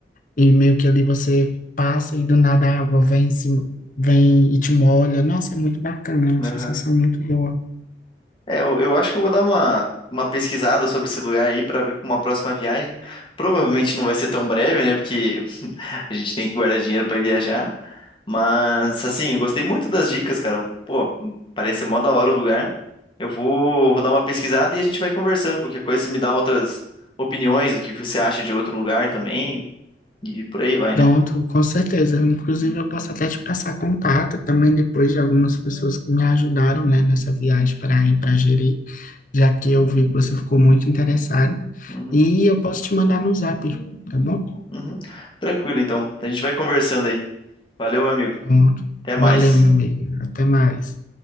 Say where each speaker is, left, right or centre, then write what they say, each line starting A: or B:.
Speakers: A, on the left (about 45°); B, on the left (about 30°).
A: e meio que ali você passa e do nada a água vem, em cima- vem e te molha. Nossa, é muito bacana, é uma
B: Aham.
A: sensação muito boa.
B: É, eu, eu acho que eu vou dar uma, uma pesquisada sobre esse lugar aí pra ver pra uma próxima viagem. Provavelmente não vai ser tão breve, né? Porque A gente tem que guardar dinheiro para viajar. Mas, assim, eu gostei muito das dicas, cara. Pô, parece ser mó da hora o lugar. Eu vou, vou dar uma pesquisada e a gente vai conversando. Qualquer coisa, você me dá outras opiniões, o que você acha de outro lugar também. E por aí vai,
A: Pronto,
B: né?
A: com certeza. Inclusive, eu posso até te passar contato também depois de algumas pessoas que me ajudaram, né, nessa viagem para ir para Jeri, já que eu vi que você ficou muito interessado.
B: Uhum,
A: E eu posso te mandar no zap, tá bom?
B: uhum. Tranquilo, então. A gente vai conversando aí. Valeu, meu amigo.
A: Pronto.
B: Até mais.
A: Valeu, meu amigo. Até mais.